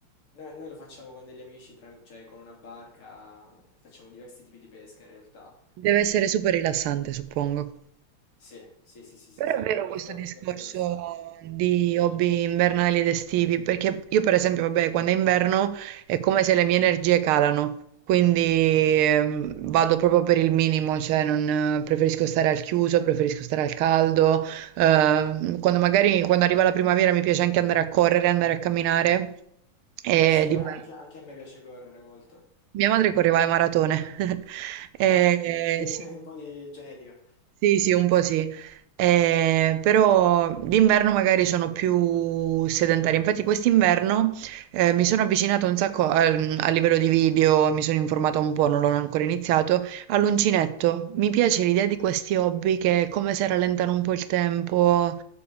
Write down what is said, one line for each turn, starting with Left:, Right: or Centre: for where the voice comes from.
Left: Noi, noi lo facciamo con degli amici, tram- cioè con una barca, facciamo diversi tipi di pesca in realtà.
Right: Deve essere super rilassante, suppongo.
Left: Sì, sì, sì, sì, sì,
Right: Però
Left: sì,
Right: è
Left: è
Right: vero
Left: molto
Right: questo discorso
Left: molto rilassante.
Right: di hobby invernali ed estivi, perché io per esempio, vabbè, quando è inverno è come se le mie energie calano, quindi ehm, vado proprio per il minimo, cioè non, eh, preferisco stare al chiuso, preferisco stare al caldo, ehm, quando magari quando arriva la primavera mi piace anche andare a correre, andare a camminare, e
Left: Sì,
Right: d'inverno.
Left: anche, anche a me piace correre molto.
Right: Mia madre correva le maratone, <laughs> Eh,
Left: Ah, quindi
Right: sì,
Left: <laughs> un po' di genetica.
Right: sì, sì, un po' sì, Eh, però d'inverno magari sono più sedentaria. Infatti quest'inverno eh, mi sono avvicinata un sacco al- a, livello di video, mi sono informata un po', non l'ho ancora iniziato, all'uncinetto. Mi piace l'idea di questi hobby che è come se rallentano un po' il tempo,